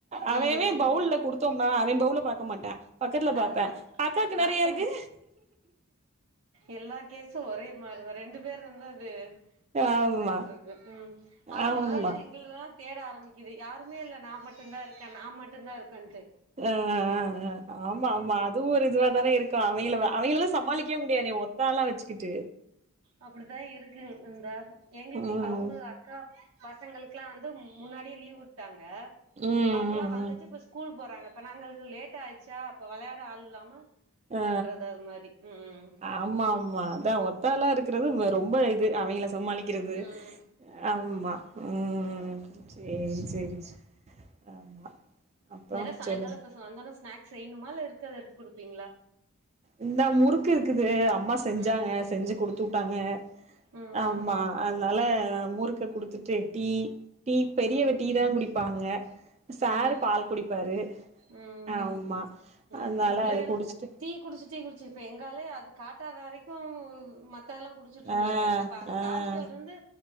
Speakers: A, on the right; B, on the right.
A: அதையவே
B: ம்
A: பவுல்ல குடுத்தோம்னா அவ பவுல பாக்க மாட்டா பக்கத்துல பாப்பே
B: அதா
A: அக்காக்கு நெறையா
B: அடுத்தவங்க
A: இருக்கு
B: எல்லா கேசு ஒரே மாரிதா ரெண்டு பேர் வந்து அது இதா
A: ஆமா
B: இருக்க மாட்டருக்கு ம் ஆள்
A: ஆமா
B: இல்லன்னா எங்கல்லா தேட ஆரம்பிக்கக்குது யாருமே இல்ல நா மட்டுந்தா இருக்கே நான் மட்டுந்தா இருக்கன்ட்டு
A: ஆ ஆ ஆ ஆமா ஆமா அதுவு ஒரு இதுவா தானே இருக்கு அவங்கள அவங்களதா சமாளிக்கவே முடியாதே ஒத்தாலா வச்சுக்கிட்டு
B: அப்படித்தா இருக்கு இந்தா எங்களுக்கு
A: ம்
B: அவங்க அக்கா பசங்களுக்குல்லா வந்து முன்னாடியே லீவ் விட் டாங்க
A: ம்
B: அவுங்களா
A: ம்
B: வந்துட்டு
A: ம்
B: இப்ப ஸ்கூல் போறாங்க இப்ப நாங்க லேட் ஆயிடுச்சா அப்ப வெளையாட ஆள் இல்லாம இது
A: ஆ
B: பண்றது அது மாரி ம்
A: ஆமா ஆமா அதா ஒத்தாலா இருக்குறது ரொம்ப இது அவங்கள சமாளிக் கிறது
B: ம்
A: ஆமா ம் சேரி சேரி ஆமா அப்றோ
B: வேற சாயங்கால
A: சொல்லுங்க
B: இப்ப வந்தவுன்ன ஸ்நேக்ஸ் செய்யணுமா இல்ல இருக்குறத எடுத்துக் குடுப்பீங்களா
A: இந்தா முறுக்கு இருக்குது அம்மா செஞ்சாங்க
B: ம்
A: செஞ்சு கொடுத்து வுட்டாங்க
B: ம்
A: ஆமா அதனால முறுக்க குடுத்துட்டு டீ டீ பெரியவ
B: ம்
A: டீ தா குடிப்பாங்க சார்ரு
B: ம்
A: பால் குடிப்பாரு
B: ம்
A: ஆமா அதனால
B: இப்ப புள்ளைகலா
A: அது குடிச்சுட்டு
B: டீ குடிச்சு டீ குடிச்ச இப்ப எங்காலே அது காட்டாத வரைக்கு மத்ததெல்லா குடிச்ச ட்டுருந்தாங்க
A: ஆ
B: இப்ப அது
A: ஆ
B: காமிச்சட்லருந்து